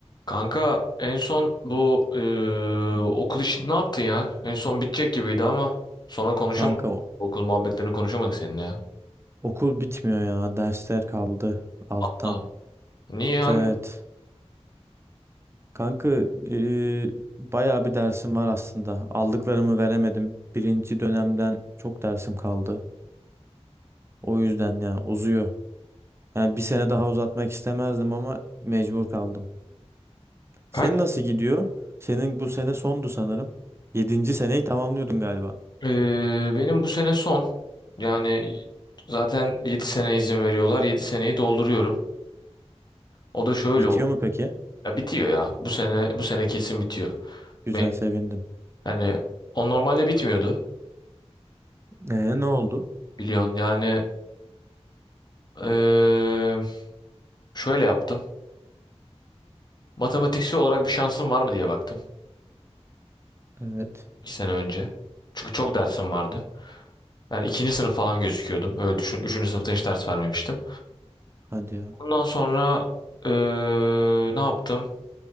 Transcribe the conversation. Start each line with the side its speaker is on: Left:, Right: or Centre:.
Left: Kanka en son bu eee, okul işini ne yaptın ya? En son bitecek gibiydi ama sonra konuşamadık.
Right: Kanka o-
Left: Okul muhabbetlerini konuşamadık seninle ya.
Right: okul bitmiyor ya. Dersler kaldı alttan.
Left: Allah. Niye hangi
Right: Evet. Kanka e, bayağı bir dersim var aslında. Aldıklarımı veremedim. Birinci dönemden çok dersim kaldı. O yüzden ya uzuyor. Yani bir sene daha uzatmak istemezdim ama mecbur kaldım.
Left: kaç?
Right: Senin nasıl gidiyor? Senin bu sene sondu sanırım. Yedinci seneyi tamamlıyordun galiba.
Left: Eee, benim bu sene son. Yani zaten 7 sene izin veriyorlar. yedi seneyi dolduruyorum. O da şöyle
Right: Bitiyor
Left: oldu.
Right: mu peki?
Left: Ya bitiyor ya. Bu sene bu sene kesin bitiyor.
Right: Güzel
Left: Ben,
Right: sevindim.
Left: yani o normalde bitmiyordu.
Right: Ee, ne oldu?
Left: Biliyorsun yani eee, şöyle yaptım. Matematiksel olarak bir şansım var mı diye baktım.
Right: Evet.
Left: İki sene önce. Çünkü çok dersim vardı. Yani ikinci sınıf falan gözüküyordum. Öyle düşün. Üçüncü sınıfta hiç ders vermemiştim.
Right: Hadi ya.
Left: Ondan sonra eee, ne yaptım?